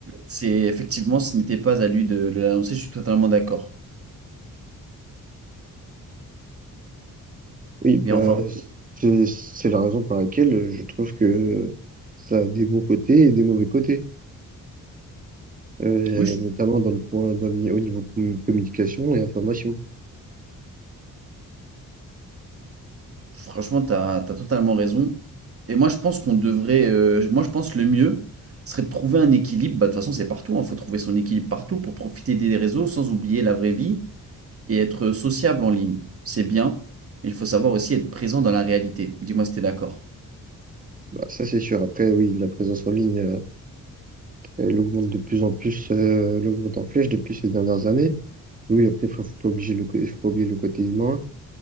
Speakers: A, on the right; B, on the right.
A: C'est effectivement, ce n'était pas à lui de, de l'annoncer, je suis totalement d'accord.
B: Oui, bah,
A: Mais enfin,
B: c'est c'est la raison pour laquelle euh, je trouve que ça a des bons côtés et des mauvais côtés. euh,
A: oui, je-
B: notamment dans le point, dans le au niveau com- communication et information.
A: franchement, tu as, totalement raison. Et moi, je pense qu'on devrait, euh, moi, je pense que le mieux serait de trouver un équilibre. Bah, de toute façon, c'est partout, il faut trouver son équilibre partout pour profiter des réseaux sans oublier la vraie vie et être sociable en ligne, c'est bien, mais il faut savoir aussi être présent dans la réalité. Dis-moi si t'es d'accord.
B: Bah, ça, c'est sûr. Après, oui, la présence en ligne, euh, elle augmente de plus en plus, euh, elle augmente en flèche depuis ces dernières années. Oui, après, il faut, faut pas obliger le, co- faut pas oublier le côté humain